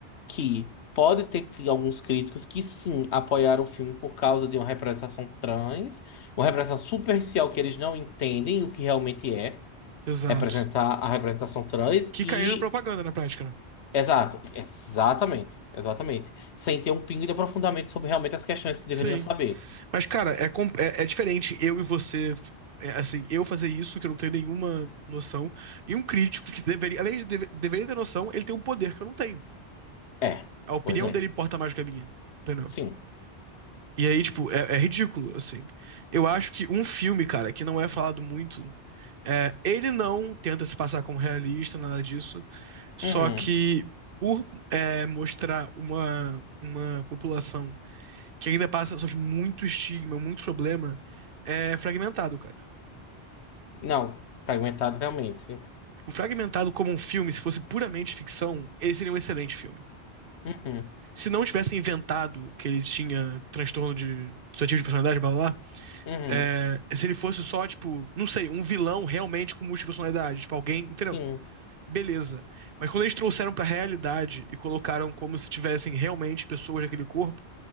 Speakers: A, on the left; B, on the right.
A: que pode ter que- alguns críticos que sim apoiaram o filme por causa de uma representação trans, uma representação superficial que eles não entendem o que realmente é
B: exato.
A: representar a representação trans
B: Que
A: e.
B: caíram na propaganda na prática, né?
A: Exato, exatamente, exatamente. Sem ter um pingo de aprofundamento sobre realmente as questões que deveriam
B: Sim.
A: saber.
B: Mas, cara, é, com- é, é diferente eu e você, é, assim, eu fazer isso, que eu não tenho nenhuma noção, e um crítico que deveria, além de deve- deveria ter noção, ele tem um poder que eu não tenho.
A: É,
B: A opinião
A: pois
B: dele
A: é,
B: importa mais do que a minha, entendeu?
A: sim.
B: E aí, tipo, é, é ridículo, assim. Eu acho que um filme, cara, que não é falado muito. É, ele não tenta se passar como realista, nada disso, só
A: Uhum.
B: que por é, mostrar uma, uma população que ainda passa sofre muito estigma, muito problema, é fragmentado, cara.
A: Não, fragmentado realmente.
B: Tipo, fragmentado como um filme, se fosse puramente ficção, ele seria um excelente filme.
A: Uhum.
B: Se não tivesse inventado que ele tinha transtorno de dissociativo de personalidade, blá blá, blá
A: Uhum.
B: é, se ele fosse só, tipo, não sei, um vilão realmente com múltipla personalidade, tipo, alguém, entendeu?
A: Sim.
B: beleza. Mas quando eles trouxeram pra realidade e colocaram como se tivessem realmente pessoas naquele corpo,